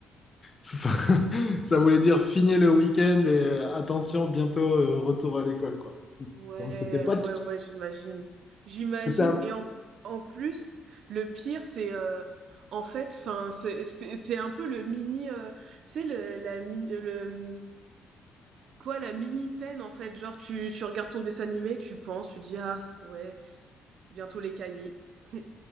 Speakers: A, on the left; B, on the right.
A: <laughs> ça voulait dire finir le week-end et euh, attention bientôt euh, retour à l'école, quoi.
B: Ouais,
A: Donc c'était pas, tout-
B: ouais, ouais, j'imagine. J'imagine.
A: c'était un
B: Et en, en plus, le pire, c'est euh, en fait, enfin, c'est c'est c'est un peu le mini, euh, tu sais, le, la mini, le mmh, quoi, la mini peine en fait. Genre, tu tu regardes ton dessin animé, tu penses, tu dis ah ouais, bientôt les cahiers. <laughs>